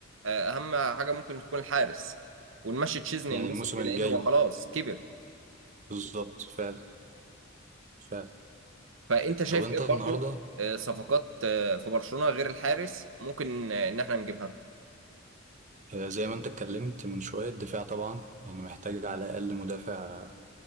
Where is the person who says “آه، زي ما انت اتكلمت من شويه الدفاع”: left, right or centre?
Right